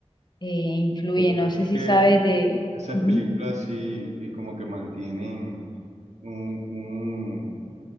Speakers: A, on the left; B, on the right.
A: eh, influye.
B: Lo que
A: No
B: pasa
A: sé
B: es
A: si
B: que
A: sabes de...
B: esas
A: Ujú.
B: películas sí eh, como que mantienen un, un,